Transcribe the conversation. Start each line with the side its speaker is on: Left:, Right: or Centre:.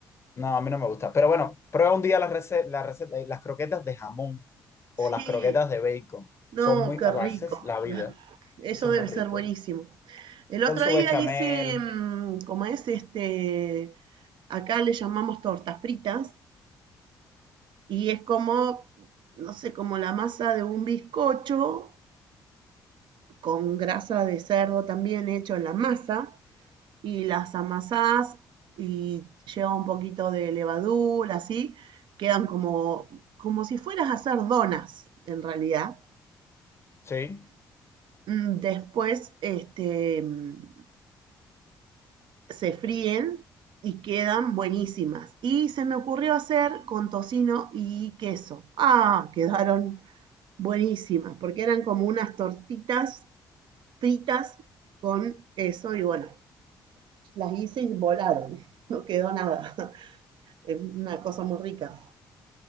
Left: No, a mí no me gusta. Pero bueno, prueba un día las rece- la receta, las croquetas de jamón
Right: Sí,
Left: o las croquetas de bacon.
Right: no,
Left: Son muy,
Right: qué
Left: a
Right: rico.
Left: veces, la vida.
Right: la- Eso
Left: Eso es
Right: debe
Left: muy rico.
Right: ser buenísimo. El otro
Left: Con su
Right: día
Left: bechamel.
Right: hice, mm, como es este, acá le llamamos tortas fritas, y es como, no sé, como la masa de un bizcocho con grasa de cerdo también hecho en la masa, y las amasás y lleva un poquito de levadura, así, quedan como, como si fueras a hacer donas, en realidad.
Left: Sí.
Right: Mm, Después, este, mm, se fríen y quedan buenísimas. Y se me ocurrió hacer con tocino y queso. Ah, quedaron buenísimas, porque eran como unas tortitas fritas con queso y bueno, las hice y volaron. <laughs> No quedó nada. <laughs> Es una cosa muy rica.